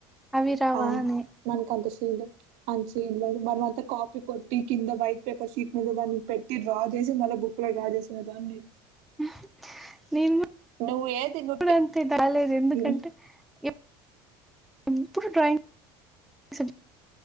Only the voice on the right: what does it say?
ఆ!
మనకంత సీన్ లేదు. అంత సీన్ లేదు మనం అంత కాపీ కొట్టి కింద వైట్ పేపర్షీట్ మీద దానిని పెట్. ట్టి డ్రా జేశి మళ్ళా బుక్ లో డ్రా జేశిన దాన్ని.
నువ్వు ఏది నువ్వు
టె
హ్మ్.